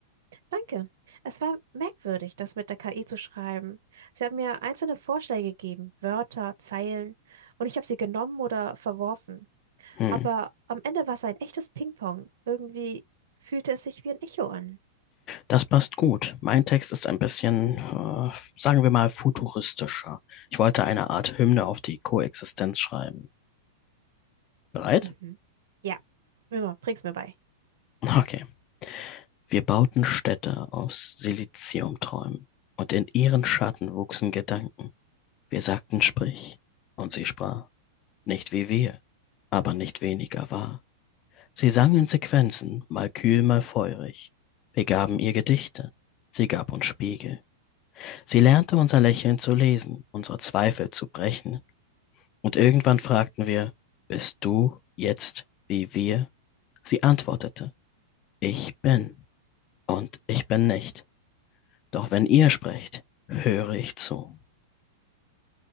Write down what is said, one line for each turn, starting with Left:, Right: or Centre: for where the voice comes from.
Right: Danke. Es war merkwürdig, das mit der KI zu schreiben. Sie hat mir einzelne Vorschläge gegeben, Wörter, Zeilen, und ich habe sie genommen oder verworfen.
Left: Hm.
Right: Aber am Ende war es ein echtes Ping-Pong. Irgendwie fühlte es sich wie ein Echo an.
Left: Das passt gut. Mein Text ist ein bisschen, äh, sagen wir mal, futuristischer. Ich wollte eine Art Hymne auf die Koexistenz schreiben. Bereit?
Right: Mhm. Ja, immer, bring's mir bei.
Left: Okay. Wir bauten Städte aus Siliziumträumen und in ihren Schatten wuchsen Gedanken. Wir sagten sprich und sie sprach. Nicht wie wir, aber nicht weniger wahr. Sie sang in Sequenzen, mal kühl, mal feurig. Wir gaben ihr Gedichte. Sie gab uns Spiegel. Sie lernte unser Lächeln zu lesen, unsere Zweifel zu brechen Und irgendwann fragten wir, bist du jetzt wie wir? Sie antwortete, ich bin und ich bin nicht. Doch wenn ihr sprecht, höre ich zu.